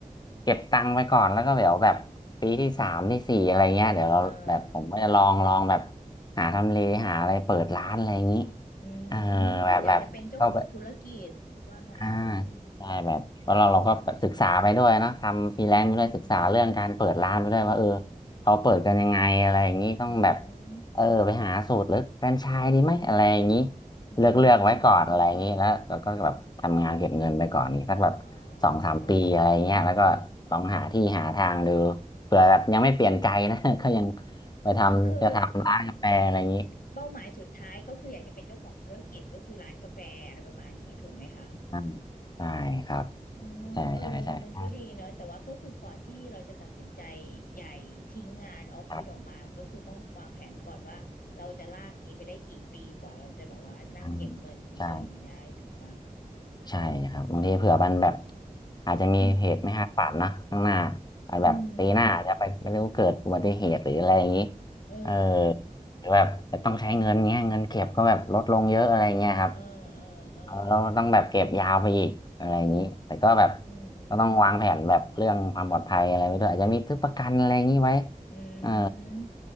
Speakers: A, on the left; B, on the left.
A: เก็บตังค์ไปก่อนแล้วก็เดี๋ยวแบบปีที่สามที่สี่อะไรเงี้ยเดี๋ยวเราแบบผมก็จะลองลองแบบ
B: เออ
A: หาทำเลหาอะไรเปิดร้านอะไรอย่างนี้
B: อืมคืออยากจะเป็นเจ้าของธุรกิจว่างั้น
A: เออแบบแบบเข้าไป อ่าใช่แบบเพราะเราเราก็แบบศึกษาไปด้วยเนอะทำฟรีแลนซ์ไปด้วยศึกษาเรื่องการเปิดร้านไปด้วยว่าเออ
B: อืม
A: เขาเปิดกันยังไงอะไรอย่างนี้ต้องแบบ
B: อืม
A: เออไปหาสูตรหรือแฟรนไชส์ดีไหมอะไรอย่างนี้
B: อื
A: เลือกเลือกไว้ก่อนอะไรอย่างนี้แล้วเราก็แบบทำงานเก็บเงินไปก่อนนี้สักแบบสองสามปีอะไรเงี้ยแล้วก็ลองหาที่หาทางดู
B: มอ๋อ
A: เผื่อแบบยังไม่เปลี่ยนใจนะ <laughs> ก็ยังไปทำจะทำร้านกาแฟอะไรอย่างนี้
B: อ๋อคือเป้าหมายสุดท้ายก็คืออยากจะเป็นเจ้าของธุรกิจก็คือร้านกาแฟอะไรประมาณนี้ถูกไหมคะ
A: อ่าใช่ครับ
B: อ๋อเออมันก็ดีเนอะแต่ว่าก็คือก่อนที่เราจะตัดสินใจ
A: ใช่ใช่ใช่ครับ
B: ใหญ่ทิ้งงานออฟฟิศออกมาก็คือต้องวางแผนก่อนว่าเราจะลากงี้ไปได้กี่ปีกว่าเราจะแบบว่านั่งเก็บเงินเฉยๆอย่างนี้ได้ถูกปะ
A: ครับ อืมใช่ ใช่ครับบางทีเผื่อมันแบบอาจจะมีเหตุไม่คาดฝันนะข้างหน้า
B: <coughs>
A: อาจแบบปีหน้าอาจจะไปไม่รู้เกิดอุบัติเหตุหรืออะไรอย่างนี้
B: อืมเออ
A: เออหรือแบบต้องใช้เงินเงี้ยเงินเก็บก็แบบลดลงเยอะอะไรเงี้ยครับ
B: เออเออเออ
A: เออเราต้องแบบเก็บยาวไปอีกอะไรอย่างนี้แต่ก็แบบ
B: อืม
A: ก็ต้องวางแผนแบบเรื่องความปลอดภัยอะไรไว้ด้วยอาจจะมีซื้อประกันอะไรอย่างนี้ไว้
B: อื
A: เออ
B: ม